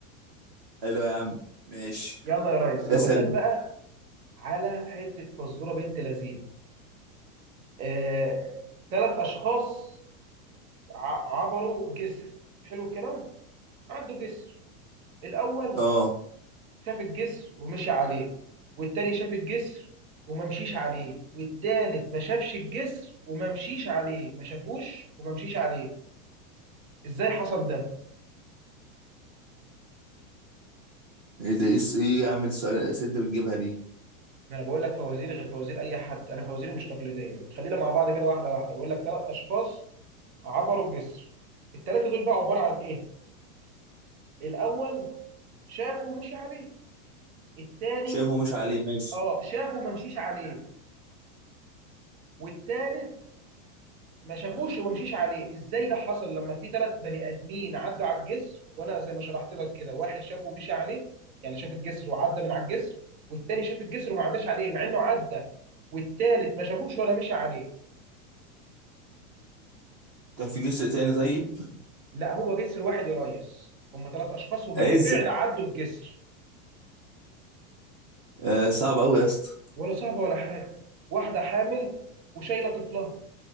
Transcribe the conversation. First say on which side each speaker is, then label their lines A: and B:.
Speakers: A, on the right (about 30°); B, on the right (about 75°).
A: حلو يا عم ماشي
B: يلا يا ريس هقول
A: اسأل
B: لك
A: أنت.
B: بقى على حته فزوره بنت لذينه آه، ثلاث اشخاص ع- عبروا جسر حلو الكلام عدوا جسر الاول
A: أه
B: شاف الجسر ومشي عليه والتاني شاف الجسر وما مشيش عليه والتالت ما شافش الجسر وما مشيش عليه ما شافوش وما مشيش عليه ازاي حصل ده
A: إيه ده إيه إيه يا عم السؤال الأسئلة أنت بتجيبها دي
B: ما انا بقول لك فوازير غير فوازير اي حد انا فوازيري مش تقليديه خلينا مع بعض كده واحده واحده بقول لك ثلاث اشخاص عبروا جسر الثلاثه دول بقى عباره عن ايه الاول شافه مشي عليه الثاني
A: شايفه مش عليه ماشي
B: اه شافه ما مشيش عليه والثالث ما شافوش وما مشيش عليه ازاي ده حصل لما في ثلاث بني ادمين عدوا على الجسر وانا زي ما شرحت لك كده واحد شافه ومشي عليه يعني شاف الجسر وعدى من على الجسر والثاني شاف الجسر وما عداش عليه مع انه عدى والثالث ما شافوش ولا مشي عليه
A: كان في جسر تاني طيب
B: لا هو جسر واحد يا ريس هم ثلاث اشخاص وبالفعل
A: اسأل
B: عدوا الجسر
A: آه، صعب أوي يا اسطى
B: ولا صعبه ولا حاجه واحده حامل وشايله طفلها